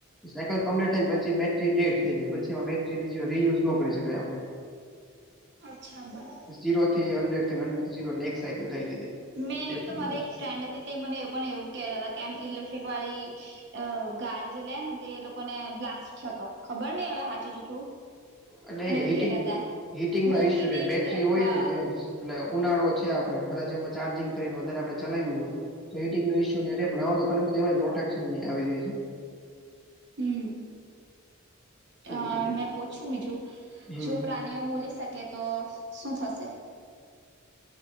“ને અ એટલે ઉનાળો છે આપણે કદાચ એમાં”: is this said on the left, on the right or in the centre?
Centre